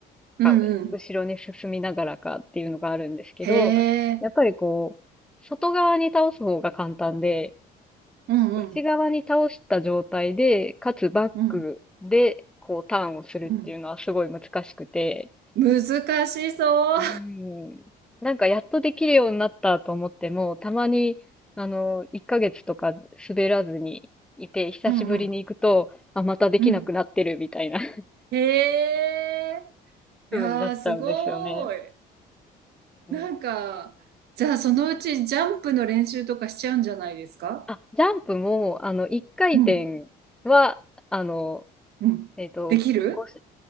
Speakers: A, on the right (about 70°); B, in the centre.
A: うんうん。
B: か、後ろに進みながらかっていうのがあるんですけど、
A: へえ。
B: やっぱりこう、外側に倒す方が簡単で、
A: うんうん。
B: 内側に倒した状態で、かつバックで、
A: うん。
B: こう、ターンをするっていうのはすごい難しくて、
A: うん。難しそう。
B: うん。なんかやっとできるようになったと思っても、たまに、あの、1ヶ月とか滑らずにいて、久しぶりに行くと、
A: うんうん
B: あ、またできなくなってるみたいな
A: うん。
B: <laughs>
A: へえ。いやー、
B: 風になっちゃうんですよね。
A: すごい。
B: うん。
A: なんか、じゃあそのうちジャンプの練習とかしちゃうんじゃないですか
B: あ、ジャンプも、あの、1回転は、
A: うん。
B: あの、
A: うん。
B: えっと、
A: できる
B: 5し、